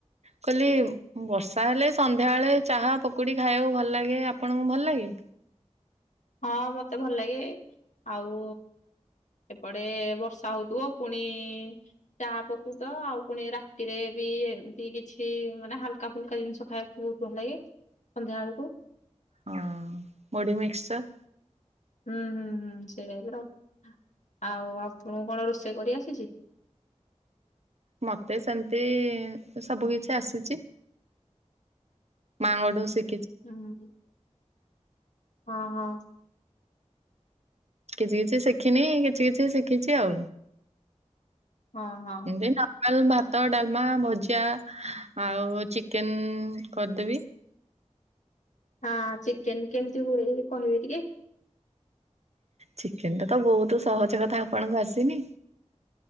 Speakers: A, on the right; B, on the left.
A: କହିଲି ବର୍ଷା ହେଲେ ସନ୍ଧ୍ୟା ବେଳେ ଚାହା, ପକୁଡି, ଖାଇବାକୁ ଭଲଲାଗେ ଆପଣଙ୍କୁ ଭଲଲାଗେ? ଏ
B: ହଁ ମତେ ଭଲ ଲାଗେ ଆଉ ଏପଟେ ବର୍ଷା ହୋଉଥୁବ ପୁଣି ଚାହା ପକୁଡି ତ ଆଉ ପୁଣି ରାତିରେ ବି କି ଏମତି କିଛି ମାନେ ହାଲକା ଫୁଲକା ଜିନିଷ ଖାଇବାକୁ ବୋହୁତ ଭଲ ଲାଗେ ସନ୍ଧ୍ୟା ବେଳକୁ।
A: ହଁ ମୁଢି ମିକ୍ସଚର।
B: ହୁଁ ହୁଁ ହୁଁ ସେଇରା ବିର ଆଉ ଆପଣଙ୍କୁ କଣ ରୋଷେଇ କରି ଆସିଚି?
A: ମତେ ସେମତି ସବୁ କିଛି ଆସିଚି। ମାଆଙ୍କଠୁ ଶି
B: ହୁଁ ହୁଁ ହଁ ହଁ।
A: କିଛି କିଛି ଶିଖିନି କିଛି କିଛି ଶିଖିଚି ଆଉ।
B: ହଁ ହଁ
A: ଏମତି ନର୍ମାଲ୍ ଭା ଭାତ, ଡାଲମା, ଭଜା, ଆଉ ଚିକେନ୍ କରଦେବି।
B: ହଁ ଚିକେନ୍ କେମତି ହୁଏ କି କହିବେ ଟିକେ।
A: ଚିକେନଟା ତ ବୋହୁତୁ ସହଜ କଥା ଆପଣଙ୍କୁ ଆସିନି।